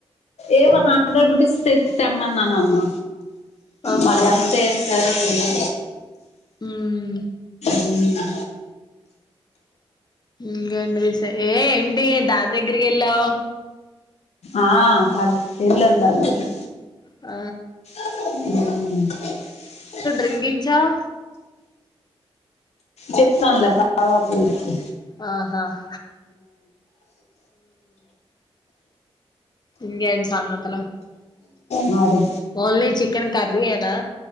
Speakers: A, on the left; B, on the left.
A: ఏవొ హండ్రెడ్ రూపీస్ తె తెమ్మన్నానమ్మ
B: ఆహా
A: మరి ఎంత ఏసారో తెల్దా
B: హ్మ్
A: హ్మ్
B: ఇంగేంటి విషయ ఏ ఏంటి దాన్ దగ్గరికి ఎళ్ళావ్
A: ఆ అది తెల్దంటాంది అది
B: ఆ
A: హ్మ్
B: రింగ్ ఇచ్చావ్
A: చెప్తాన్లే భాగవతం నీకి
B: ఆహా హ్మ్ ఇంగేంటి సంగతులు
A: మరే
B: ఓన్లీ చికెన్ కర్రీ ఎ నా